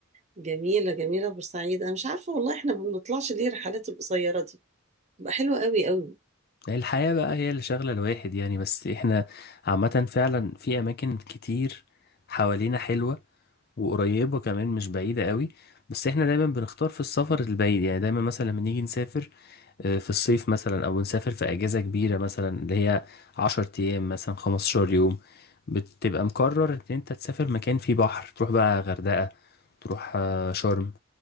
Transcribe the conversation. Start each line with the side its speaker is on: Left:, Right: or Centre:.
Right: جميلة جميلة بورسعيد أنا مش عارفة والله إحنا ما بنطلعش ليه الرحلات القصيرة دي بتبقى حلوة قوي قوي
Left: هي الحياة بقى هي اللي شغلة الواحد يعني بس احنا عامة فعلا في اماكن كتير حوالينا حلوة وقريبة كمان مش بعيدة قوي بس احنا دايما بنختار في السفر البعيد يعني دايما مثلا لما نيجي نسافر آه، في الصيف مثلا او نسافر في اجازة كبيرة مثلا اللي هي عشر ايام مثلا خمستاشر يوم بتبقى مقرر ان انت تسافر مكان فيه بحر تروح بقى غردقة تروح آه، شرم